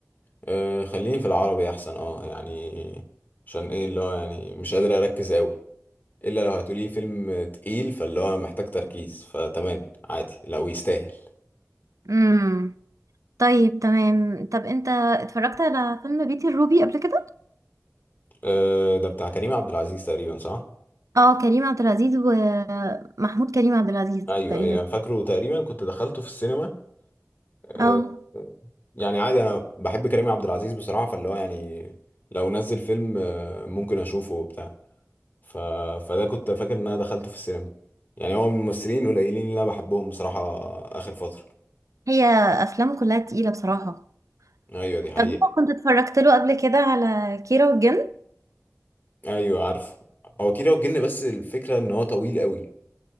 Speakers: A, on the left; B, on the right.
A: أه خليني في العربي احسن اه يعني عشان ايه اللي هو يعني مش قادر اركز قوي الا لو هتقولي فيلم تقيل فاللي هو محتاج تركيز فتمام عادي لو يستاهل
B: امم طيب تمام طب انت اتفرجت على فيلم بيتي الروبي قبل كده
A: أه ده بتاع كريم عبد العزيز تقريبا صح
B: اه كريم عبد العزيز ومحمود كريم عبد العزيز
A: ايوه
B: تقريبا
A: ايوه أنا فاكره تقريبا كنت دخلته في السينما آه،
B: اه
A: آه، يعني عادي انا بحب كريم عبد العزيز بصراحه فاللي هو يعني لو نزل فيلم آه، ممكن اشوفه وبتاع ف... فده كنت فاكر ان انا دخلته في السينما يعني هو من الممثلين القليلين اللي انا بحبهم بصراحه اخر فتره
B: هي افلامه كلها تقيله بصراحه
A: ايوه دي حقيقه
B: طب انت كنت اتفرجت له قبل كده على كيرة والجن
A: ايوه عارفه هو كيرة والجن بس الفكره ان هو طويل قوي